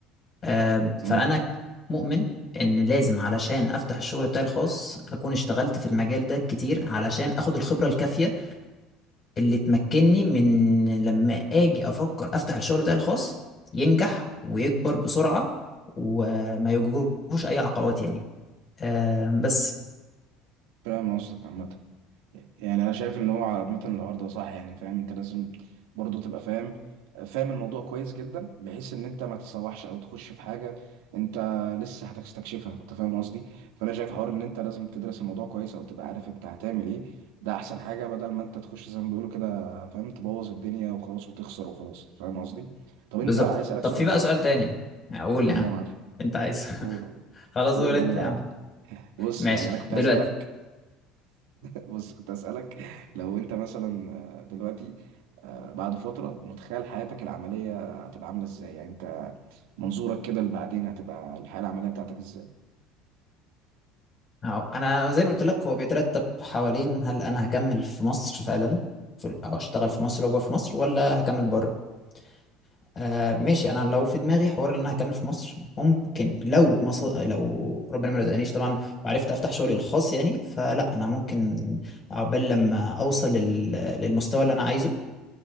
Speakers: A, on the left; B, on the right.
A: آه فانا
B: مم.
A: مؤمن ان لازم علشان افتح الشغل بتاعي الخاص اكون اشتغلت في المجال ده كتير علشان اخد الخبرة الكافية اللي تمكنني من لما اجي افكر افتح الشغل بتاعي الخاص ينجح ويكبر بسرعة وما يواجهوش اي عقبات يعني آه بس
B: فاهم قصدك عامه يعني انا شايف ان هو عامه الحوار ده صح يعني فاهم انت لازم برضه تبقى فاهم فاهم الموضوع كويس جدا بحيث ان انت ما تتسوحش او تخش في حاجه انت لسه هتستكشفها انت فاهم قصدي فانا شايف حوار ان انت لازم تدرس الموضوع كويس او تبقى عارف انت هتعمل ايه ده احسن حاجه بدل ما انت تخش زي ما بيقولوا كده فاهم تبوظ الدنيا وخلاص وتخسر وخلاص فاهم قصدي طب
A: بالظبط
B: انت عايز اسالك
A: طب
B: سؤال
A: في بقى سؤال تاني اقول
B: قول
A: يا عم
B: لي يا معلم
A: انت عايز <laughs>
B: قول قول
A: خلاص قول
B: قول
A: انت
B: قول
A: يا
B: عادي
A: عم
B: بص
A: ماشي
B: يعني انا كنت
A: دلوقتي
B: هسالك <laughs> بص كنت أسألك لو أنت مثلا آه، دلوقتي آه، بعد فترة متخيل حياتك العملية هتبقى عاملة إزاي يعني أنت منظورك كده لبعدين هتبقى الحياة العملية بتاعتك إزاي
A: أهو، انا زي ما قلت لك هو بيترتب حوالين هل انا هكمل في مصر فعلا في- ال- او اشتغل في مصر واكبر في مصر ولا هكمل بره آه ماشي انا لو في دماغي حوار ان انا هكمل في مصر ممكن لو مصر لو ربنا ما رزقنيش طبعا وعرفت افتح شغلي الخاص يعني فلا انا ممكن عقبال لما اوصل لل... للمستوى اللي انا عايزه